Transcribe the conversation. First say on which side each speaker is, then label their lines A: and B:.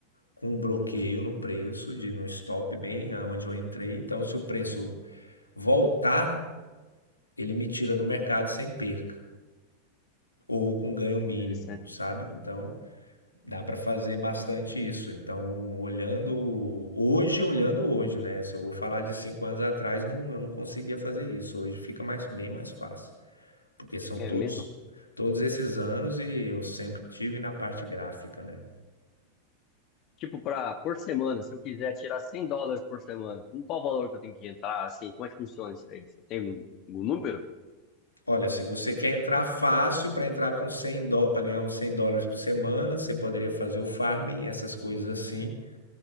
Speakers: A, on the left (about 80°); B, on the left (about 35°).
A: com um bloqueio no preço, de no stop bem onde eu entrei. Então, se o preço voltar, ele me tira do mercado sem perca, ou com ganho
B: Que
A: mínimo,
B: Interessante.
A: sabe? Então, Dá para fazer bastante isso. Então, olhando hoje, olhando hoje, né? Se eu vou falar de cinco anos atrás, não, eu não conseguia fazer isso. Hoje fica mais, bem mais fácil, porque são
B: É
A: todos,
B: mesmo?
A: todos esses anos e eu sempre tive na parte gráfica, né?
B: Tipo, pra, por semana, se eu quiser tirar 100 dólares por semana, com qual valor que eu tenho que entrar? Assim, como é que funciona isso aí? Você tem algum, algum número?
A: Olha, se você quer entrar fácil para entrar com 100 dólares, para ganhar uns 100 dólares por semana, você poderia fazer o farming, essas coisas assim.